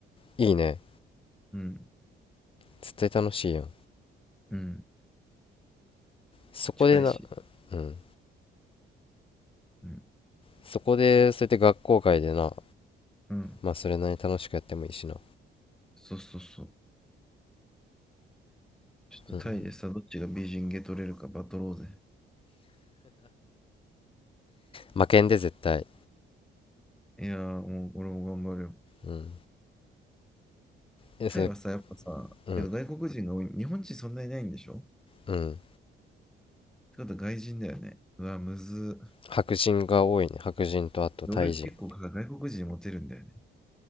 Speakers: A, on the left; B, in the centre.
A: いいね
B: うん。
A: 絶対楽しいやん
B: うん。
A: そこでな
B: 近いし。
A: うん
B: うん。
A: そこでそうやって学校外でな
B: うん。
A: まあそれなりに楽しくやってもいいしな
B: そうそうそう。ちょっとタイでさ、
A: うん
B: どっちが美人ゲ取れるかバトろうぜ。
A: 負けんで絶対
B: いやー、もう俺も頑張るよ。
A: うんえそれ
B: タイはさ、やっぱさ、
A: うん
B: けど外国人が多い。日本人そんなにいないんでしょっ
A: うん
B: てことは外人だよね。うわ、むず
A: 白人が多いね白人とあとタイ人
B: 俺結構外国人にモテるんだよね。